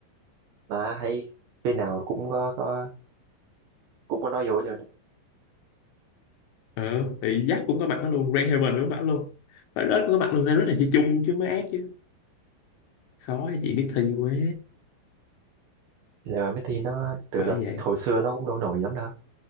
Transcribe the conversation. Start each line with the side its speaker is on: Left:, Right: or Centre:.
Right: mà thấy cái nào cũng có có cũng có nói vô rồi
Left: ờ thì Jack cũng có mặt nó luôn Grand Haven cũng có mặt luôn Violet cũng có mặt luôn Violet là chị chung chứ mới ác chứ khó cho chị biết thi quá
Right: là Miss Thi nó từ
Left: bởi
Right: đợt
Left: vậy
Right: hồi xưa nó cũng đâu nổi lắm đâu